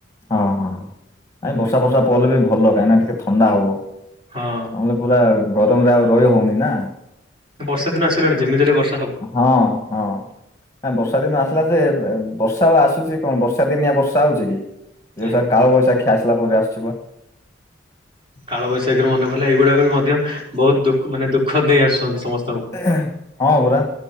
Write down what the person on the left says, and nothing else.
ହଁ ହଁ ନାଇ ବର୍ଷା ଫର୍ଷା ପଇଲେ ବି ଭଲ କାଇଁକିନା ଟିକେ ଥଣ୍ଡା ହବ।
ନହେଲେ ପୁରା ଗରମ ରେ ଆଉ ରହି ହଉନି ନା।
ହଁ ହଁ। ଆ ବର୍ଷା ଦିନ ଆସିଲା ଯେ ବର୍ଷାଆଉ ଆସୁଚି କଣ ବର୍ଷା ଦିନିଆ ବର୍ଷା ହଉଛି କି।
ଏ ସା କାଳ ବୈଶାଖୀ ଆସିଲା ପରେ ଆସୁଚି ବା।
ଏ ହେ। ହଁ ପରା